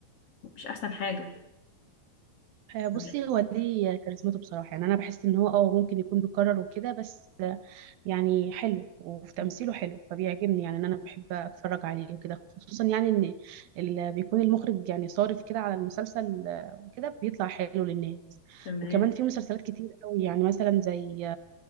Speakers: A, on the left (about 45°); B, on the right (about 75°).
A: مش احسن حاجه
B: آه، بصي
A: لا.
B: هو دي كاريزمته بصراحة يعني أنا بحس إن هو اه ممكن يكون بيكرر وكده بس يعني حلو وفي تمثيله
A: مم.
B: حلو فبيعجبني يعني ان انا بحب اتفرج عليه وكده خصوصا يعني ان اللي بيكون المخرج يعني صارف كده على المسلسل آه، وكده بيطلع حلو للناس
A: تمام
B: وكمان في مسلسلات كتير قوي يعني مثلا زي